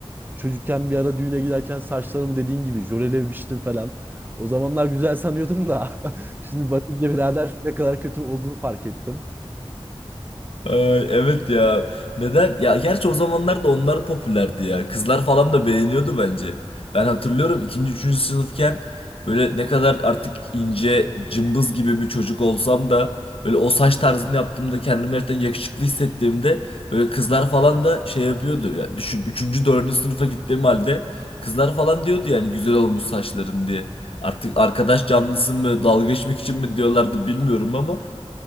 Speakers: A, on the right; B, on the left.
A: çocukken bir ara düğüne giderken saçlarımı dediğin gibi jölelemiştim falan. O zamanlar güzel sanıyordum da <laughs> şimdi bakınca birader ne kadar kötü olduğunu fark ettim.
B: Ay, evet ya. Neden? Ya gerçi o zamanlar da onlar popülerdi ya. Kızlar falan da beğeniyordu bence. Ben hatırlıyorum ikinci, üçüncü sınıfken böyle ne kadar artık ince, cımbız gibi bir çocuk olsam da böyle o saç tarzını yaptığımda kendimi gerçekten yakışıklı hissettiğimde böyle kızlar falan da şey yapıyordu. Ya düşün üçüncü, dördüncü sınıfa gittiğim halde kızlar falan diyordu yani güzel olmuş saçların diye. Artık arkadaş canlısı mı, dalga geçmek için mi diyorlardı bilmiyorum ama